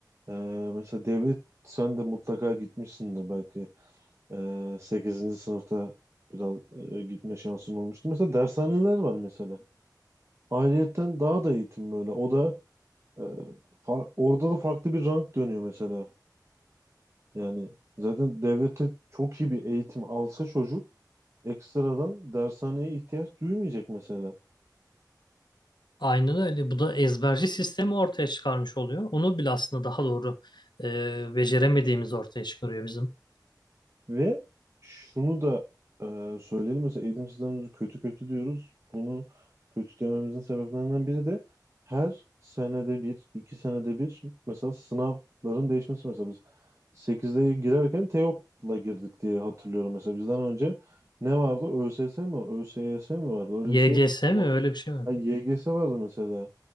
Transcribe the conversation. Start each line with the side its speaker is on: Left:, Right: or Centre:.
Right: e, mesela devlet sen de mutlaka gitmişsin de belki e, 8. sınıfta biraz e, gitme şansın olmuştu. Mesela dershaneler var mesela. Ayrıyetten daha da eğitim böyle. O da e, far- orada da farklı bir rank dönüyor mesela. Yani zaten devlete çok iyi bir eğitim alsa çocuk ekstradan dershaneye ihtiyaç duymayacak mesela.
Left: Aynen öyle. Bu da ezberci sistemi ortaya çıkarmış oluyor. Onu bile aslında daha doğru e, beceremediğimiz ortaya çıkarıyor bizim.
Right: Ve şunu da e, söyleyelim mesela eğitim sistemimizi kötü kötü diyoruz. Bunu kötü dememizin sebeplerinden biri de her senede bir, iki senede bir mesela sınavların değişmesi mesela biz 8'de girerken Teok'la girdik diye hatırlıyorum mesela. Bizden önce ne vardı? ÖSS mi? ÖSYS mi vardı? Öyle
Left: YGS
Right: bir şey. O-
Left: mi öyle bir şey mi?
Right: Ay, YGS vardı mesela.